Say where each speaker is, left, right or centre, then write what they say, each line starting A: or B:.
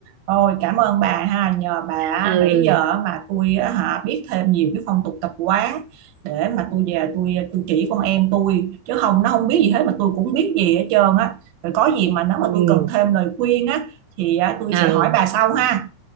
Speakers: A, on the right; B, on the right.
A: Ôi cảm ơn bà ha, nhờ bà
B: <laughs> ừ
A: nãy giờ mà tôi á hả biết thêm nhiều cái phong tục tập quán để mà tôi về tôi tôi chỉ con em tôi chứ không nó không biết gì hết mà tôi cũng biết gì hết trơn á. Rồi có gì mà nếu mà
B: ừ
A: tôi cần thêm lời khuyên á thì á, tôi
B: ừ
A: sẽ hỏi bà sau ha.